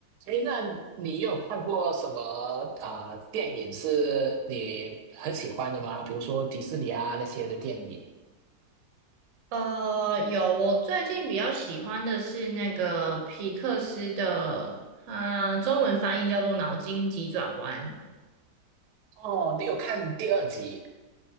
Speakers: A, on the right (about 85°); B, on the right (about 60°).
A: 哎，那你有看过什么呃电影是你很喜欢的吗？比如说迪士尼啊那些的电影。
B: 呃，有，我最近比较喜欢的是那个皮克斯的，它中文翻译叫做《脑筋急转弯》
A: 哦，你有看第二集